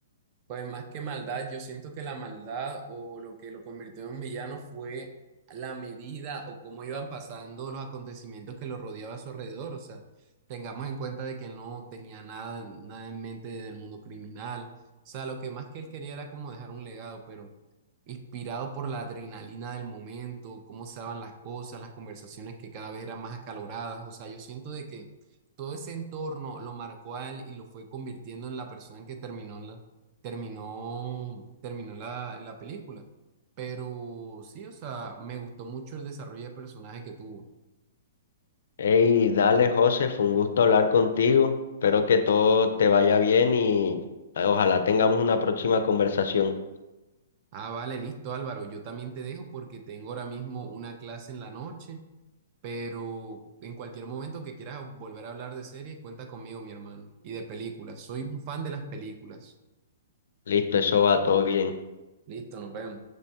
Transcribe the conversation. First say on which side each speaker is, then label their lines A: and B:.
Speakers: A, on the right (about 40°); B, on the left (about 75°).
A: Pues más que maldad, yo siento que la maldad o lo que lo convirtió en villano fue la medida o cómo iban pasando los acontecimientos que lo rodeaba a su alrededor. O sea, tengamos en cuenta de que no tenía nada, nada en mente del mundo criminal. O sea, lo que más que él quería era como dejar un legado, pero inspirado por la adrenalina del momento, cómo se daban las cosas, las conversaciones que cada vez eran más acaloradas. O sea, yo siento de que todo ese entorno lo marcó a él y lo fue convirtiendo en la persona en que terminó en la terminó, terminó en la, en la película. Pero sí, o sea, me gustó mucho el desarrollo de personaje que tuvo.
B: Hey, dale, José, fue un gusto hablar contigo, espero que todo te vaya bien y eh, ojalá tengamos una próxima conversación.
A: Ah, vale, listo, Álvaro. Yo también te dejo porque tengo ahora mismo una clase en la noche, pero en cualquier momento que quieras volver a hablar de series, cuenta conmigo, mi hermano, y de películas. Soy un fan de las películas.
B: Listo, eso va todo bien.
A: Listo, nos vemos.